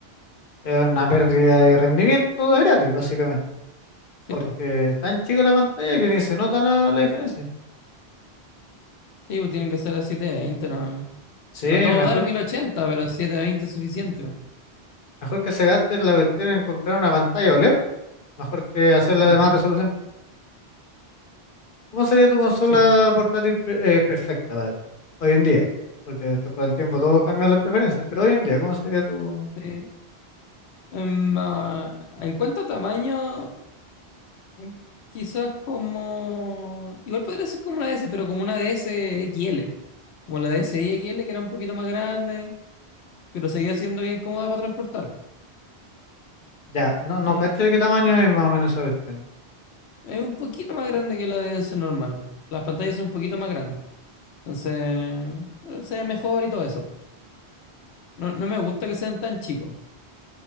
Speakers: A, on the left (about 55°); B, on the left (about 80°).
A: es una pérdida de rendimiento de gratis, básicamente.
B: Sí,
A: porque
B: pues.
A: es tan chica la pantalla que ni se nota la, la diferencia.
B: Sí, pues tienen que ser a setecientos veinte ¿no?
A: Sí, mejor,
B: A todo dar mil ochenta pero 720 es suficiente.
A: mejor que se gasten la cuestión en comprar una pantalla OLED, mejor que hacerla
B: Ujú,
A: de más resolución. ¿Cómo sería tu consola
B: Sí.
A: portátil pre- eh, perfecta para ti? Hoy en día, porque to- con el tiempo todo cambia las preferencias, pero hoy en día, ¿cómo sería tu...?
B: Sí. Em, ah, en cuanto a tamaño, mm, quizás como... Igual podría ser como una DS, pero como una DS XL. Como la DSi XL, que era un poquito más grande, pero seguía siendo bien cómoda para transportar.
A: Ya, no, no
B: Sí.
A: cacho de qué tamaño es más o menos esa cuestión.
B: Es un poquito más grande que la de ese normal. Las pantallas son un poquito más grandes. Entonces, eh, se ve mejor y todo eso. No, no me gusta que sean tan chicos.